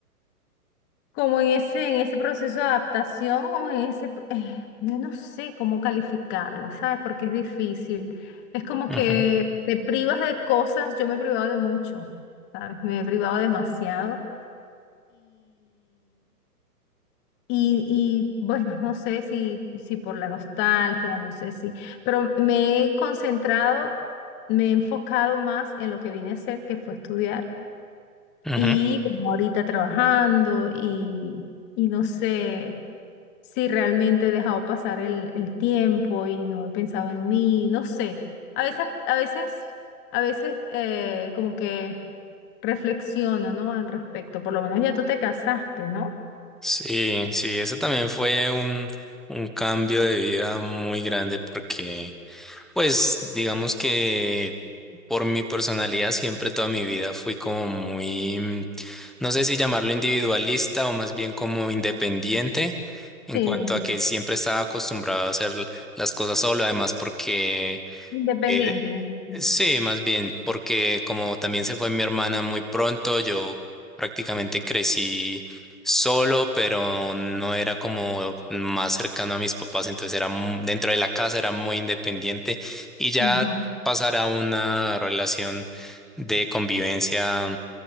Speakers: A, on the left; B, in the centre.
A: como en ese, en ese proceso de adaptación o en ese, pro- eh, yo no sé cómo calificarlo, ¿sabes? Porque es difícil. Es como
B: ujú.
A: que te privas de cosas, yo me he privado de mucho, ¿sabes? Me he privado demasiado. Y, y, bueno, <laughs> no sé si, si por la nostalgia, no sé si, pero me he concentrado, me he enfocado más en lo que vine a hacer, que fue estudiar,
B: Ujú.
A: y como ahorita trabajando y, y no sé si realmente he dejado pasar el, el tiempo y no he pensado en mí, no sé. A veces, a veces, a veces eh, como que reflexiono, ¿no? Al respecto, por lo menos ya tú te casaste, ¿no?
B: Sí, sí, eso también fue un, un cambio de vida muy grande porque, pues, digamos que por mi personalidad siempre toda mi vida fui como muy, mm, no sé si llamarlo individualista o más bien como independiente en
A: Sí.
B: cuanto a que siempre estaba acostumbrado a hacer las cosas solo, además porque
A: Independiente,
B: Eh,
A: independiente.
B: sí, más bien, porque como también se fue mi hermana muy pronto, yo prácticamente crecí solo, pero no era como más cercano a mis papás, entonces era mu- dentro de la casa, era muy independiente y ya
A: Ajá.
B: pasar a una relación de convivencia,